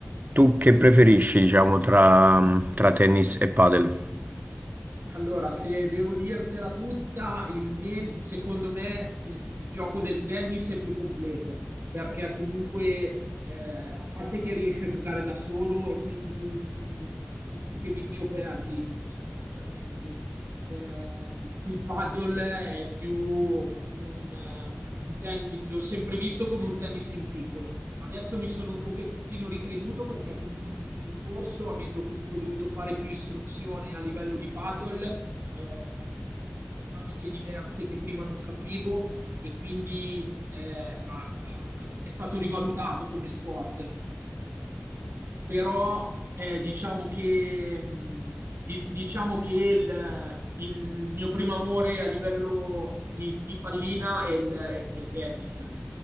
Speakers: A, on the right; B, on the right.
A: tu che preferisci, diciamo, tra, tra tennis e padel?
B: Allora, se devo dirtela tutta, il mie- secondo me il, il gioco del tennis è più completo, perché comunque, eh, a parte che riesci a giocare da solo e quindi sei, sei tu che vinci o perdi, sostanzialmente. Ehm, il paddle è più, un, un tennis, l'ho sempre visto come un tennis in piccolo. Adesso mi sono un pochettino ricreduto perché comunque facevo il corso, avendo comunque dovuto fare più istruzione a livello di paddle, eh, ho capito dinamiche diverse che prima non capivo e quindi eh, è stato rivalutato come sport però eh, diciamo che, mh, di- diciamo che il, il- il mio primo amore a livello di, di pallina è il, è il tennis.